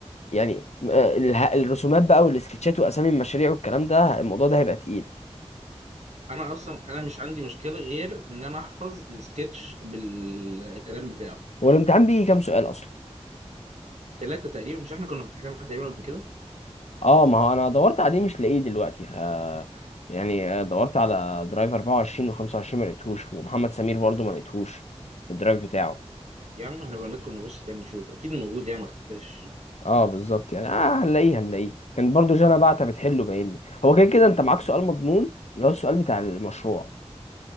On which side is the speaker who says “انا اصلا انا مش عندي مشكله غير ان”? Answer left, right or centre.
Right